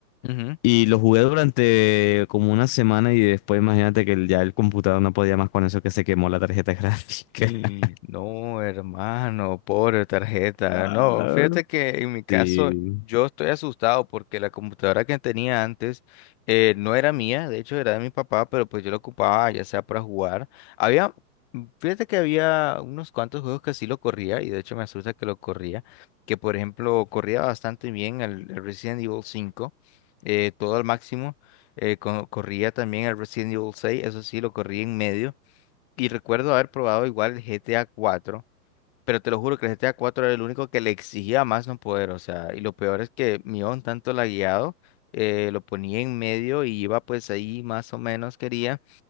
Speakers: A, on the left (about 40°); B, in the centre.
A: Ujú.
B: y lo jugué durante como una semana y después imagínate que el- ya el computador no podía más con eso que se quemó la tarjeta gráfica.
A: Y
B: <laughs>
A: No, hermano, pobre tarjeta.
B: Ah.
A: No, fíjate que en mi caso
B: Sí.
A: yo estoy asustado porque la computadora que tenía antes eh, no era mía, de hecho era de mi papá, pero pues yo la ocupaba ya sea para jugar. Había, fíjate que había unos cuantos juegos que sí lo corría y de hecho me asusta que lo corría, que por ejemplo corría bastante bien el, el Resident Evil cinco, eh, todo al máximo. eh, co- corría también el Resident Evil seis, eso sí lo corría en medio. Y recuerdo haber probado igual el GTA cuatro pero te lo juro que el GTA cuatro era el único que le exigía más no poder, o sea, y lo peor es que mi on tanto lagueado, eh, lo ponía en medio y iba pues ahí más o menos quería,